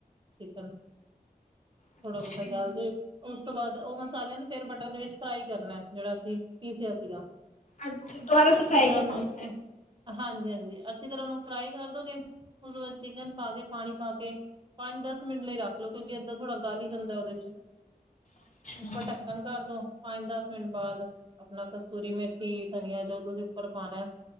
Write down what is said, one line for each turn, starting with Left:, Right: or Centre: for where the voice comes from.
Right: ਚਿਕਨ
Left: ਅੱਛਾ।
Right: ਥੋੜਾ ਬਹੁਤਾ ਗੱਲ਼ ਜਾਏ। ਉਸ ਤੋਂ ਬਾਅਦ ਉਹ ਮਸਲਿਆਂ ਨੂੰ ਫਿਰ ਬਟਰ ਦੇ ਵਿੱਚ ਫਰਾਈ ਕਰਨਾ ਐ ਜਿਹੜਾ ਅਸੀਂ ਪੀਸਿਆ ਸੀਗਾ।
Left: ਅੱਛਾ ਦੁਬਾਰਾ ਸ
Right: ਅੱਛੀ
Left: ਫਰਾਈ
Right: ਤਰ੍ਹਾਂ
Left: ਕਰਨੇ।
Right: ਉਹਨੂੰ ਹਾਂਜੀ-ਹਾਂਜੀ ਅੱਛੀ ਤਰ੍ਹਾਂ ਉਹਨੂੰ ਫਰਾਈ ਕਰ ਦੋਗੇ ਉਸ ਤੋਂ ਬਾਅਦ ਚਿਕਨ ਪਾ ਕੇ ਪਾਣੀ ਪਾ ਕੇ ਪੰਜ ਦਸ ਮਿੰਟ ਲਈ ਰੱਖ ਲਓ। ਕਿਉਂਕਿ ਇੱਦਾਂ ਥੋੜਾ ਗਲ ਹੀ ਜਾਂਦਾ ਉਹਦੇ ਚ।
Left: ਅੱਛਾ,
Right: ਉੱਪਰ ਢੱਕਣ ਕਰਦੋ ਪੰਜ ਦੱਸ ਮਿੰਟ ਬਾਅਦ ਆਪਣਾ ਕਸਤੂਰੀ ਮੇਥੀ ਧਨੀਆ ਜੋ ਤੁਸੀਂ ਉੱਪਰ ਪਾਉਣਾ ਐ।